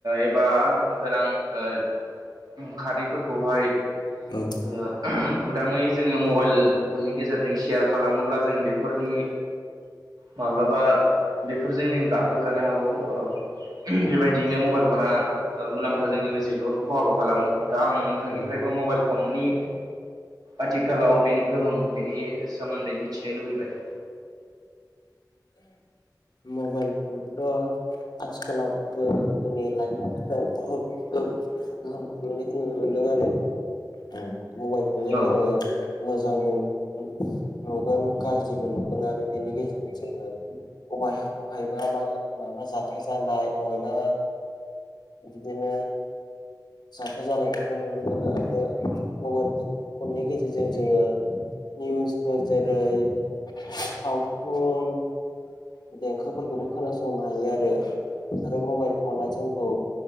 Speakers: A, on the right (about 60°); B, on the left (about 75°).
A: एबा गोनां ओ खारिफोरखौहाय
B: औ।
A: ओ उदाङै जोङो मबाइल फननि गेजेरजों सेयार खालामोब्ला जों बेफोरनि
B: <inaudible>
A: माब्लाबा बेफोरजों गाख्लोबजानो हागौ ओ बेबायदियैनो मबाइल फना ओ मुलाम्फाजों लोगोसे गोबां खहाबो खालामो दा आं नोंथांनिफ्रायबो
B: औ
A: मबाइल फननि आथिखालाव बेनि गोहोम बेनि सोमोन्दै मिथिनो लुबैबाय।
B: मबाइल फनखौथ' आथिखालाव फोर जोंनि लाइमोनफोर बहुत गो-गोहोम खोख्लैनायखौ नुनो मोनदों आरो। ओं मबाइलखौनो
A: औ
B: जोङो मोजांबो नुगोन गाज्रिबो नुगोन आरो बेनि गेजेरजों जोङो अबहाय अबहायबा मा माबा जाथाय जानाय अबहायबा बिदिनो जाथाय जानायफोरखौ नुनो मोनो आरो मबाइल फन फननि गेजेरजों जोङो निउसफोर जेरै सावथुन देंखोफोरखौबो खोनासंनो हायो आरो आरो मबाइल फनआ जोंखौ